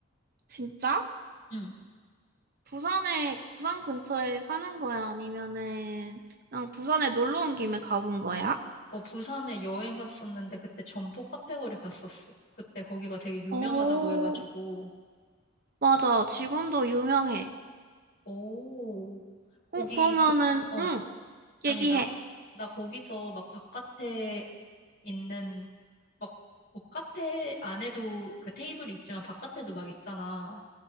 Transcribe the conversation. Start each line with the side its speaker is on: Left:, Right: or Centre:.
Right: 진짜?
Left: 응.
Right: 부산에, 부산 근처에 사는 거야? 아니면은 그냥 부산에 놀러 온 김에 가본 거야?
Left: 어, 부산에 여행 갔었는데 그때 점포 카페거리 갔었어. 그때 거기가 되게 유명하다고
Right: 어,
Left: 해가지고,
Right: 맞아. 지금도 유명해.
Left: 오, 거기,
Right: 어, 그러면은,
Left: 어,
Right: 응,
Left: 아니,
Right: 얘기해.
Left: 나, 나 거기서 막 바깥에 있는, 막, 뭐 카페 안에도 그 테이블이 있지만 바깥에도 막 있잖아.